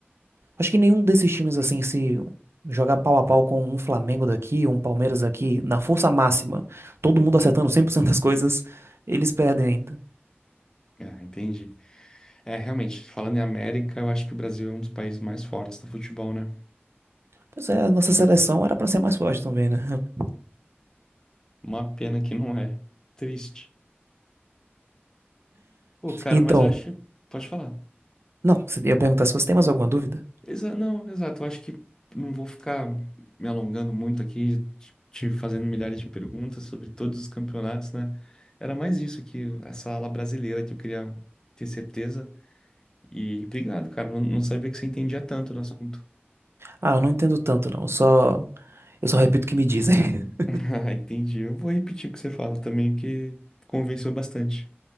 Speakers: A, on the right; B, on the left.
A: Acho que nenhum desses times, assim, se jogar pau a pau com um Flamengo daqui, um Palmeiras aqui, na força máxima, todo mundo acertando 100% das coisas, eles perdem ainda.
B: Ah, entendi. É, realmente, falando em América, eu acho que o Brasil é um dos países mais fortes no futebol, né?
A: Pois é, a nossa seleção era pra ser mais forte também, né? <laughs>
B: Uma pena que não é. Triste. Pô, cara,
A: Então,
B: mas eu acho. Pode falar.
A: não, você ia perguntar se você tem mais alguma dúvida?
B: Exa- não, exato. Eu acho que não vou ficar me alongando muito aqui, te te fazendo milhares de perguntas sobre todos os campeonatos, né? Era mais isso que essa ala brasileira que eu queria ter certeza. E obrigado, cara. Não, não sabia que você entendia tanto do assunto.
A: Ah, eu não entendo tanto, não. eu Só, eu só repito o que me dizem. <laughs>
B: <laughs> Ah, Entendi. Eu vou repetir o que você fala também, porque convenceu bastante.